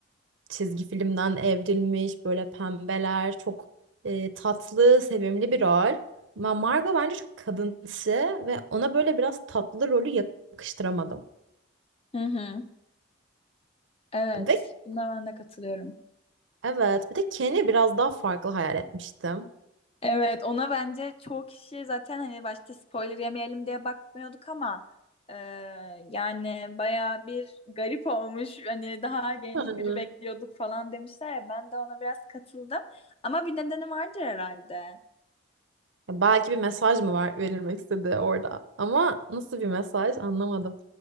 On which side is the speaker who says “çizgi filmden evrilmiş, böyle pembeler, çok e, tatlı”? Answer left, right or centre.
Right